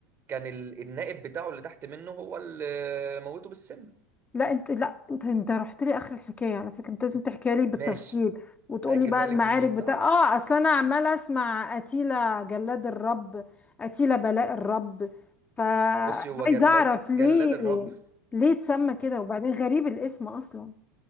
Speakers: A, on the right (about 35°); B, on the left (about 20°).
A: كان ال- النائب بتاعه اللي تحت منه هو اللي موته بالسم
B: لا انت لا انت انت رحت لي اخر الحكايه على فكره انت لازم تحكيها لي بالتفصيل
A: ماشي
B: وتقولي
A: اجيبها
B: بقى المعارك
A: لك من النص
B: بتاع
A: عادي
B: اه اصل انا عماله اسمع اتيلا جلاد الرب اتيلا بلاء الرب فعايزه
A: بصي هو جلاد
B: اعرف ليه
A: جلاد الرب
B: ليه اتسمى كده وبعدين غريب الاسم اصلا